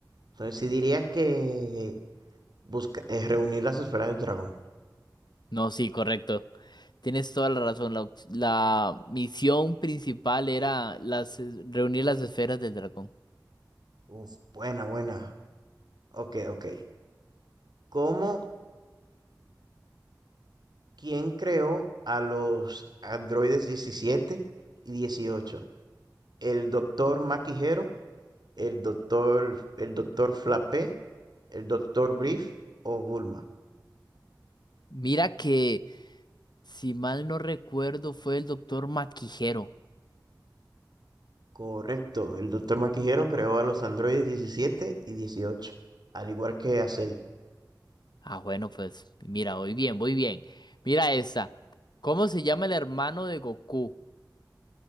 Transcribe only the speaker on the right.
entonces sí diría que busca, eh, reunir las esferas del dragón.
Uf, buena, buena. Ok, ok. ¿Cómo, quién creó a los androides 17 y dieciocho ¿El doctor Maquijero, el doctor, el doctor Flapé, el doctor Brief o Bulma?
Correcto, el doctor Maquijero creó a los androides 17 y 18 al igual que a Cell.